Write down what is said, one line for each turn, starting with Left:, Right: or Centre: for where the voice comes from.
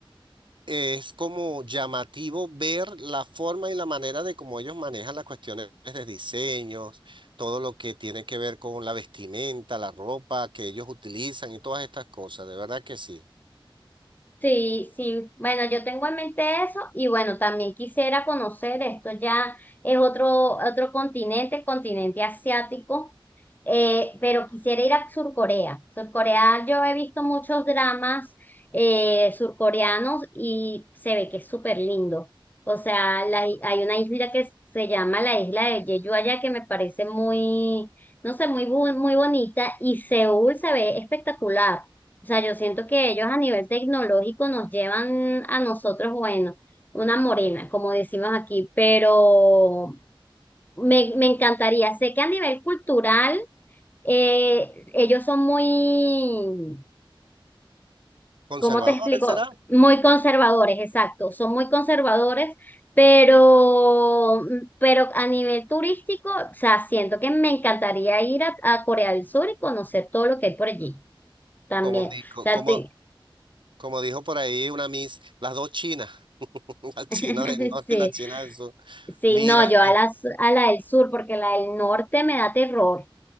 Right: es como llamativo ver la forma y la manera de cómo ellos manejan las cuestiones de diseños, todo lo que tiene que ver con la vestimenta, la ropa que ellos utilizan y todas estas cosas. De verdad que sí.
Left: Sí, sí. Bueno, yo tengo en mente eso y bueno, también quisiera conocer esto ya es otro otro continente, el continente asiático, eh, pero quisiera ir a Sur Corea. Sur Corea, yo he visto muchos dramas eh, surcoreanos y se ve que es súper lindo. O sea, la- hay una isla que se llama la isla de Jeju allá que me parece muy, no sé, muy bu- muy bonita y Seúl se ve espectacular. O sea, yo siento que ellos a nivel tecnológico nos llevan a nosotros, bueno, una morena, como decimos aquí, pero me, me encantaría. Sé que a nivel cultural, eh, ellos son muy,
Right: Conservadores
Left: ¿cómo te explico?
Right: será.
Left: Muy conservadores, exacto, son muy conservadores, pero, pero a nivel turístico, o sea, siento que me encantaría ir a, a Corea del Sur y conocer todo lo que hay por allí también.
Right: Como, di-
Left: O
Right: co-
Left: sea,
Right: como,
Left: te-
Right: Como dijo por ahí una Miss, las dos chinas, <laughs> la China
Left: <laughs>
Right: del norte
Left: Sí,
Right: y la China del sur.
Left: sí,
Right: Mira,
Left: no, yo a
Right: eh,
Left: la, su- a la del sur, porque la del norte me da terror.